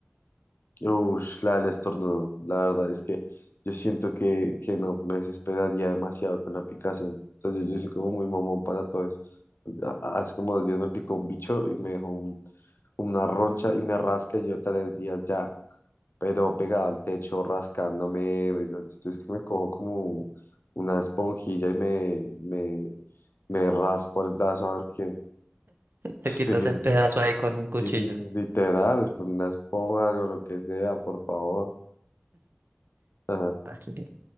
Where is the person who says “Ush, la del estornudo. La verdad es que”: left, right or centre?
Left